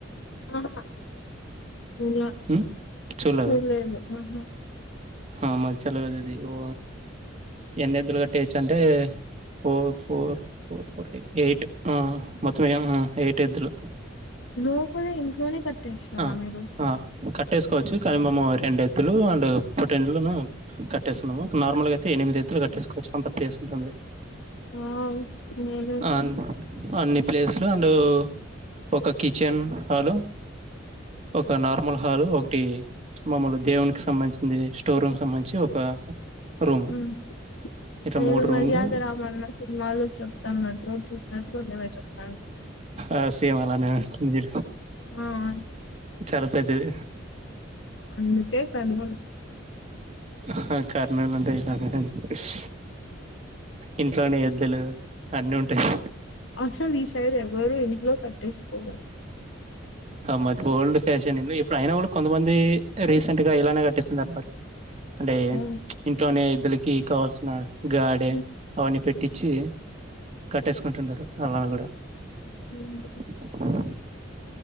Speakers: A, on the left; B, on the right.
A: ఆహా ఇంకా
B: ఉమ్, చూడలేదా
A: చూడలేదు ఆహా
B: ఆ మచ లేదు ఇది ఓ ఎన్ని ఎద్దులు కట్టెయ్యచ్చంటే ఫోర్ ఫోర్ ఫోర్ ఎయిట్ ఆ మొత్తం ఆ ఎయిట్ ఎద్లు
A: లోపల ఇంట్లోనే కట్టేస్తారా
B: ఆ
A: మీరు
B: ఆ కట్టేసుకోవచ్చు కానీ మము రెండు ఎద్దులు అండ్ పోటెండ్లను కట్టేస్తున్నాము నార్మల్ గా అయితే ఎనిమిది ఎద్దులు కట్టేసుకోవచ్చు అంత ప్లేస్ ఉంటుంది
A: వావ్ మేలే
B: అ అన్ని ప్లేసులు అండ్ ఒక కిచెన్ హలు ఒక నార్మల్ హాలు ఒకటి మా అమ్మోళ్లు దేవునికిి సంబంధించింది స్టోర్ రూమ్ సంబంధించి ఒక రూము
A: హమ్
B: ఇట్లా
A: అదేదో
B: మూడు రూమ్లు
A: మర్యాద రామన్న సినిమాలో చెప్తున్నట్టు చెప్పు <unintelligible> చెప్తాండు
B: ఆ సిమాలనే అంతేలే
A: ఆ అట్లే
B: సర్పొద్దా చాలా పెద్దది
A: అంతే కనబడు
B: ఆహా కారణలుంట ఇత ఇస్ ఇంట్లోనే ఎద్దులు అన్నిీ ఉంటాయి
A: అసలు ఈ సైడ్ ఎవరు ఇంట్లో కట్టేస్కోరు
B: మరి ఓల్డ్ ఫ్యాషన్ ఇప్పుడు అయినా కూడా కొంతమంది రీసెంట్ గా ఇలానే కట్టిస్తున్నారు మరి <inaudible> అంటే
A: ఆ
B: ఇంట్లోనే ఎద్దులకీ కావాల్సిన గాడే
A: ఉమ్
B: అవన్నీ పెట్టించి కట్టేసుకుంటున్నారు అలా కూడా
A: <inaudible>
B: <inaudible>